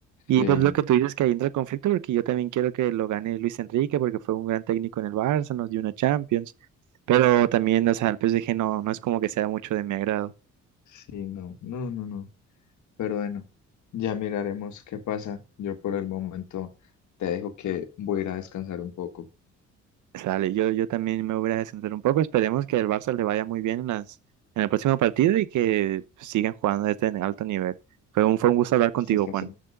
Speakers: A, on the right; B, on the left.
A: Y
B: sí,
A: pues lo que tú dices que ahí entra el conflicto porque yo también quiero que lo gane Luis Enrique porque fue un gran técnico en el Barça, nos dio una Champions, pero también, o sea, el PSG no, no es como que sea mucho de mi agrado.
B: sí, no, no, no, no. Pero bueno, ya miraremos qué pasa. Yo por el momento te dejo que voy a ir a descansar un poco.
A: Sale, yo, yo también me voy a descender un poco, esperemos que el Barça le vaya muy bien en las, en el próximo partido y que sigan jugando a este alto nivel. Fue un, fue un gusto hablar contigo,
B: Esto fue
A: Juan.
B: así.